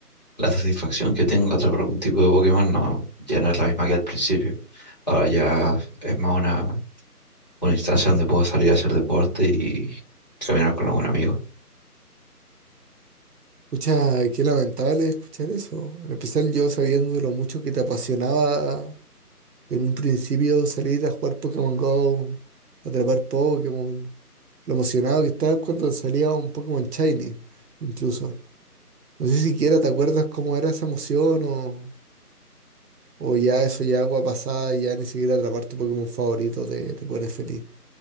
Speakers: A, on the left; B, on the right.
A: la satisfacción que tengo a atrapar algún tipo de Pokémon no, ya no es la misma que al principio. Ahora ya es más una, una instancia donde puedo salir a hacer deporte y caminar con algún amigo.
B: escucha, qué lamentable escuchar eso. En especial yo sabiendo lo mucho que te apasionaba en un principio salir a jugar Pokémon Go, atrapar Pokémon, lo emocionado que estabas cuando salía un Pokémon Shiny, incluso. No sé siquiera te acuerdas cómo era esa emoción o, o ya eso ya agua pasada, y ya ni siquiera atrapar tu Pokémon favorito te, te pone feliz.